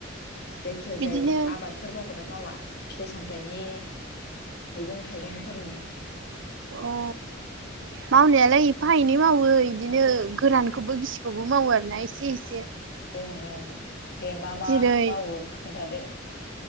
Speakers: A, on the left (about 55°); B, on the right (about 65°).
A: जायखिया
B: बिदिनो
A: जाय आबादफोरखौ खौनो मावा फिथाइ सामथायाइनि मैगं थाइगंफोरनि
B: अ मावनायालाय एफा एनै मावो इदिनो गोरानखौबो गिसिखौबो मावो आरोना एसे एसे
A: ओं ओं दे मा मा
B: जेरै
A: मावो खोन्थादो